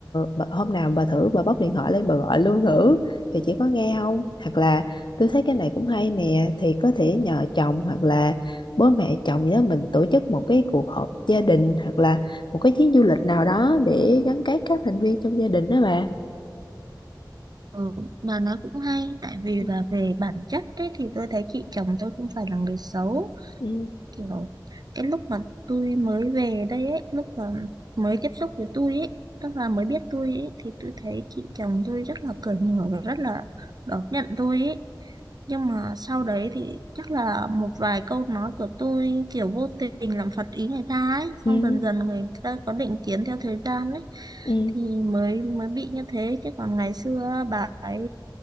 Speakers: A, on the left; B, on the right.
A: bà- hôm nào bà thử bà bóc điện thoại lên bà gọi luôn thử thì chị có nghe không hoặc là tôi thấy cái này cũng hay nè thì có thể nhờ chồng hoặc là bố mẹ chồng gì đó mình tổ chức một cái cuộc họp gia đình hoặc là một cái chuyến du lịch nào đó để gắn kết các thành viên trong gia đình đó bà
B: ừ, mà nó cũng hay tại vì
A: ừ
B: là về bản chất ấy, thì tôi thấy chị chồng tôi không phải là người xấu
A: ừ
B: kiểu cái lúc mà tôi mới về đây ấy lúc mà mới tiếp xúc với tôi ấy tức là mới biết tôi ấy thì tôi thấy chị chồng tôi rất là cởi mở và rất là đón nhận tôi ấy nhưng mà sau đấy thì chắc là một vài câu nói của tôi kiểu vô tình làm phật ý người ta ấy
A: ừ
B: xong dần dần người ta có định kiến theo thời gian ấy
A: ừ
B: thì mới mới bị như thế chứ còn ngày xưa bà ấy